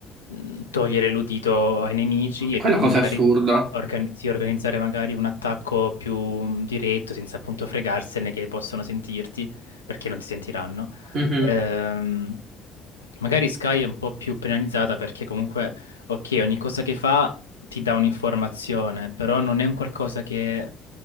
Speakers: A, on the left (about 85°); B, on the right (about 55°).
A: mh, togliere l'udito ai nemici e
B: quella
A: quindi
B: cosa
A: magari
B: è assurda.
A: organi- sì, organizzare magari un attacco più mh, diretto senza appunto fregarsene che possono sentirti perché non ti sentiranno.
B: Mhm.
A: Ehm, magari Sky è un po' più penalizzata perché comunque, ok, ogni cosa che fa ti dà un'informazione, però non è un qualcosa che